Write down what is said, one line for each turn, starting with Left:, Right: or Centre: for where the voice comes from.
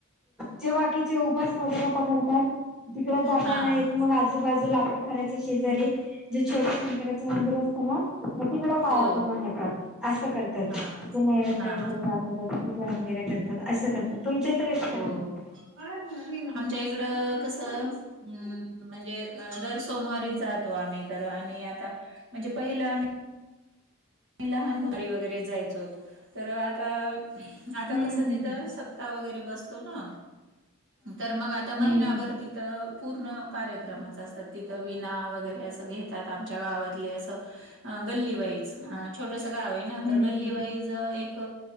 Centre: जे बाकीचे उपास वगैरे पकडतात. तिकड जाता
Right: हा
Centre: नाहीत
Right: हा
Centre: मग आजूबाजूला आपल्या घराच्या शेजारी जे छोटे शंकराचं मंदिर असत ना मग तिकड पाया
Right: हो
Centre: डव
Right: हो
Centre: नेतात असं करतात
Right: हा
Centre: कि नै्य वगैरे
Right: हा
Centre: दाखव. पूजा वगैरे करतात असं करतात तुमच्या तर कशी
Right: हो
Centre: करतात
Right: आमच्या इकड कस् अ म्हणजे, दर सोमवारीच जातो. आम्ही तर आणि आता म्हणजे पहिलं आम्ही लहान होतारी वगैरे जायचो होत तर आता, आता
Centre: हम्म
Right: कसं तिथं सप्ताह वगैरे बसतो ना! तर मग आता
Centre: हम्म
Right: महिनाभर तिथं पूर्ण कार्यक्रमच असतात. तिथं विना वगैरे असं घेतात, आमच्या गावातले असं गल्ली वाईज. अ छोटस गाव आहे ना!
Centre: हम्म
Right: तर गल्ली
Centre: हम्म
Right: वाईज एक